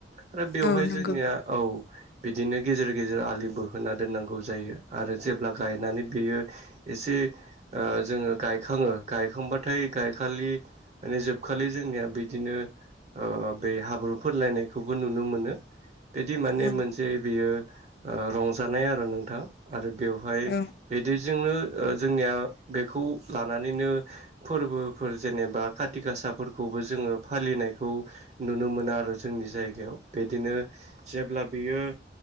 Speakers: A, on the right; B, on the left.
A: आरो बेवहाय
B: औ नंगौ
A: जोंनिया औ। बिदिनो गेजेर गेजेर आलि बोहो होना दोननांगौ जायो आरो जेब्ला गायनानै बेयो एसे ओ जोङो गायखाङो गायखांबाथाय गायखालिनो माने जोबखालि जोंनिया बिदिनो आ बे हाब्रु फोनलायनायखौबो नुनो मोनो बिदि माने
B: औ
A: मोनसे बेयो ओ आ रंजानाय आरो नोंथां आरो बेवहायो
B: औ
A: बेदिजोंनो जोंनिया बेखौ लानानैनो ओ फोरबोफोर जेनेबा खाति गासाफोरखौबो जोङो फालिनायखौ नुनो मोनो आरो जोंनि जायगायाव बिदिनो जेब्ला बियो ओ